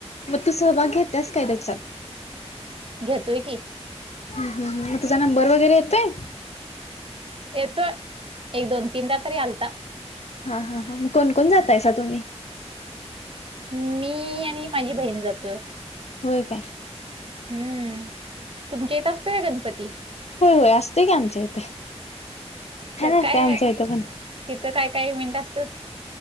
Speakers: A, on the left (about 70°); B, on the right (about 55°).
A: मग तू सहभाग घेतस काय त्याच्यात?
B: घेतोय की.
A: हम्म हम्म, मग तुझा नंबर वगैरे येतोय?
B: येतोय, एक दोन तीनदा तरी आलता.
A: हा हा हां, मग कोण कोण जातायसा तुम्ही?
B: मी आणि माझी बहीण जातोय.
A: होय काय?
B: हम्म, तुमच्या इथं असतोय का गणपती?
A: होय होय, असतेय की आमच्या इथं. छान
B: त्यात
A: असतंय
B: काय आहे?
A: आमच्या इथं पण.
B: तिथं काय काय इव्हेंट असतात?